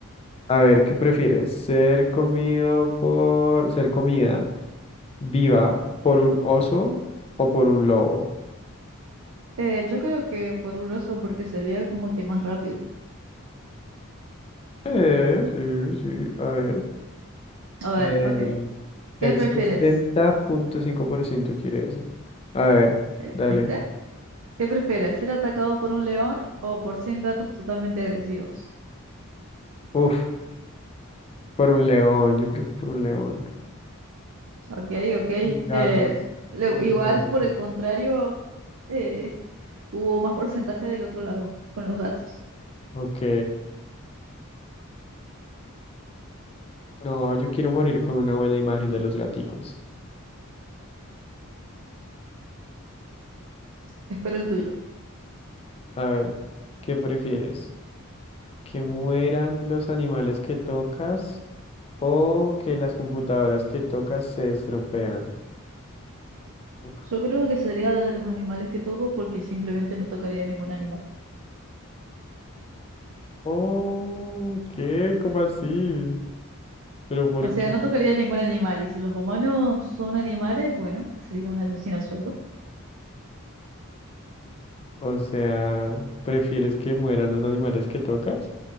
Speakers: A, on the left; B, on the right.
A: A ver, ¿qué prefieres? ¿Ser comido por... ser comida viva por un oso o por un lobo?
B: Eh, yo creo que por un oso porque sería como que más rápido.
A: Eh, sí, sí, a ver.
B: A ver,
A: El,
B: ok.
A: el
B: ¿Qué prefieres?
A: sesenta punto cinco por ciento quiere eso. A ver,
B: Eh,
A: dale.
B: ¿Viste? ¿Qué prefieres? ¿Ser atacado por un león o por cien gatos totalmente agresivos?
A: Uf, por un león, yo creo que por un león.
B: Ok, ok.
A: Sin gatos.
B: Eh, le-
A: Siento
B: igual,
A: que me van a hacer
B: por
A: sufrir.
B: el contrario, eh, hubo más porcentaje del otro lado con los gatos.
A: Ok. No, yo quiero morir con una buena imagen de los gaticos.
B: Espero el tuyo.
A: A ver, ¿qué prefieres? ¿Que mueran los animales que tocas o que las computadoras que tocas se estropean? Uf.
B: Yo creo que sería la de los animales que toco porque simplemente no tocaría ningún animal.
A: Oh, ¿qué? ¿Cómo así? ¿Pero por
B: O sea,
A: qué?
B: no
A: qué-
B: tocaría ningún animal. Y si los humanos son animales, bueno, sería un asesino a sueldo.
A: O sea, ¿prefieres que mueran los animales que tocas?